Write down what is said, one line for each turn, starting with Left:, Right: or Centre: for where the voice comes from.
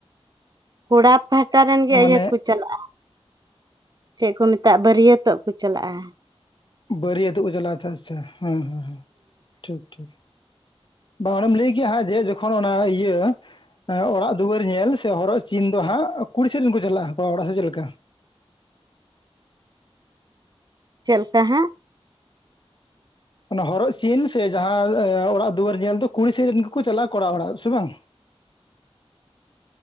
Right: ᱠᱚᱲᱟ ᱯᱟᱦᱴᱟ ᱨᱮᱱ ᱜᱮ
Left: ᱢᱟᱱᱮ
Right: ᱤᱭᱟᱹ ᱠᱚ ᱼᱼ ᱪᱟᱞᱟᱜᱼᱟ ᱪᱮᱫ ᱠᱚ ᱢᱮᱛᱟᱜᱼᱟ ᱵᱟᱹᱨᱭᱟᱹᱛᱚᱜ ᱠᱚ ᱪᱟᱞᱟᱜᱼᱟ।
Left: ᱵᱟᱹᱨᱭᱟᱹᱛᱚᱜ ᱠᱚ ᱪᱟᱞᱟᱜᱼᱟ ᱟᱪᱪᱷᱟ ᱥᱮ ᱦᱮᱸ ᱦᱮᱸ ᱦᱮᱸ ᱴᱷᱤᱠ ᱴᱷᱤᱠ। ᱵᱟᱝ ᱚᱸᱰᱮᱢ ᱞᱟᱹᱭ ᱠᱮ ᱦᱟᱸᱜ ᱡᱮ ᱡᱚᱠᱷᱚᱱ ᱚᱱᱟ ᱤᱭᱟᱹ ᱼᱼ ᱚᱲᱟᱜ ᱫᱩᱣᱟᱹᱨ ᱧᱮᱞ ᱥᱮ ᱦᱚᱨᱚᱜ ᱪᱤᱱ ᱫᱚ ᱦᱟᱸᱜ ᱠᱩᱲᱤ ᱥᱮᱫ ᱨᱮᱱ ᱠᱚ ᱪᱟᱞᱟᱜᱼᱟ ᱠᱚᱲᱟ ᱚᱲᱟᱜ ᱥᱮ ᱪᱮᱫ ᱞᱮᱠᱟ?
Right: ᱪᱮᱫ ᱞᱮᱠᱟ ᱦᱟᱸᱜ ᱼᱼ
Left: ᱚᱱᱟ ᱦᱚᱨᱚᱜ ᱥᱤᱱ ᱥᱮ ᱡᱟᱦᱟᱸ ᱚᱲᱟᱜ ᱫᱩᱣᱟᱹᱨ ᱧᱮᱞ ᱫᱚ ᱠᱩᱲᱤ ᱥᱮᱫ ᱨᱮᱱ ᱜᱮᱠᱚ ᱪᱟᱞᱟᱜᱼᱟ ᱠᱚᱲᱟ ᱚᱲᱟᱜ ᱥᱮ ᱵᱟᱝ?